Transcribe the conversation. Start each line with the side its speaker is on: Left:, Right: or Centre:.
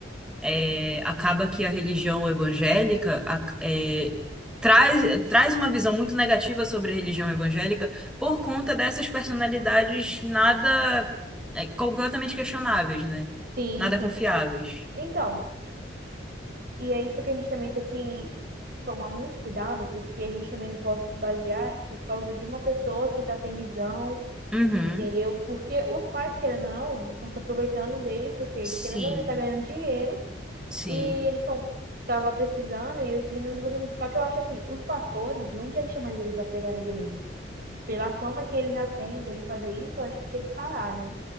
Centre: é, acaba que a religião evangélica a- é, traz, traz uma visão muito negativa sobre a religião evangélica por conta dessas personalidades nada é, completamente questionáveis, né?
Right: Sim,
Centre: Nada
Right: sim.
Centre: confiáveis.
Right: Então, e é isso que a gente também tem que tomar muito cuidado, porque a gente também não pode se basear por causa de uma pessoa que tá sem visão,
Centre: Uhum.
Right: entendeu? Porque os pais, querendo ou não, estão se aproveitando dele, porque
Centre: Sim,
Right: querendo ou não, ele tá ganhando dinheiro
Centre: sim.
Right: e eles estão tava precisando e esse menino tá fazendo. Só que eu acho assim, os pastores não tinha que chamar ele pra pregar na igreja. Pela fama que ele já tem dele fazer isso, eu acho que tinha que parar, né?